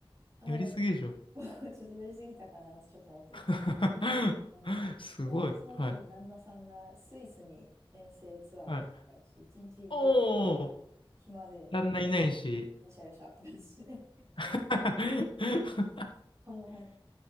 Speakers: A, on the right; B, on the left.
A: あの、
B: やりすぎでしょ。
A: <laughs> ちょっとやりすぎたかなってちょっと思ってるんですけど、
B: <laughs>
A: あの、ちょうどその時旦那さんがスイスに遠征ツアーだったから、
B: すごい。はい。はい。
A: ちょっと一日家で
B: おお、
A: 暇で、
B: 旦那いないし。
A: よしゃよしゃって感じで、
B: <laughs>
A: <laughs> カモンハン